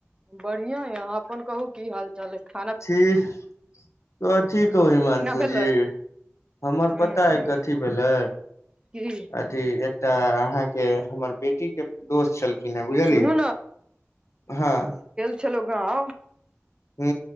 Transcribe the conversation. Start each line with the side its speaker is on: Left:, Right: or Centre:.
Right: बढ़िया यै अहाँ अपन कहू की हाल चाल अइ खाना
Left: से कथि कहु हिमांशु
Right: पीना भेलै
Left: जी हमर
Right: हूँ
Left: पता ह कथी भेलै
Right: की
Left: अथी एकटा अहाँके हमर बेटी के दोस्त छलखिन हे बुझलियै
Right: सुनू
Left: हँ
Right: छलौं गाँव
Left: हू